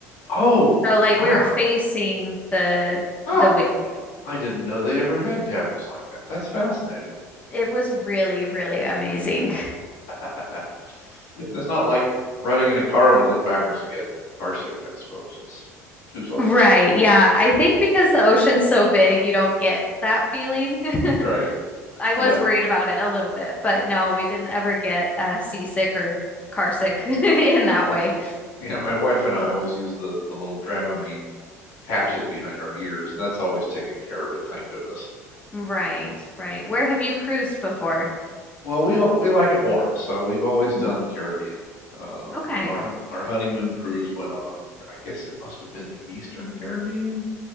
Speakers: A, on the left; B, on the left.
A: Oh,
B: So like
A: wow.
B: we were facing the
A: Ah,
B: the wake.
A: I didn't know they ever had cabins like that. That's fascinating.
B: It was really, really amazing.
A: <laughs> It's not like riding in a car when you look backwards and get carsick, I suppose. It's too slow.
B: Right. Yeah. I think because the ocean's so big, you don't get that feeling.
A: Right.
B: <laughs> I was
A: Yep.
B: worried about it a little bit, but no, we didn't ever get uh, seasick or car sick <laughs> in that
A: Yeah.
B: way.
A: Yeah, my wife and I always use the the little Dramamine patches behind our ears, and that's always taken care of it, thank goodness.
B: Right. Right. Where have you cruised before?
A: Well, we all, we like it warm, so we've always
B: Mhm.
A: done the Caribbean. Um,
B: Okay.
A: our hon- our honeymoon cruise went on, I guess it must have been the Eastern Caribbean,